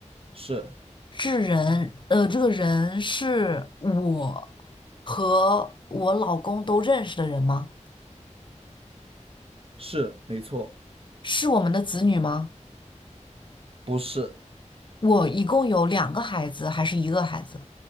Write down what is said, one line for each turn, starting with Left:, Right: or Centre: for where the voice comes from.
Right: 是
Left: 是人，呃，这个人是我和我老公都认识的人吗？
Right: 是没错，
Left: 是我们的子女吗？
Right: 不是
Left: 我一共有两个孩子，还是一个孩子？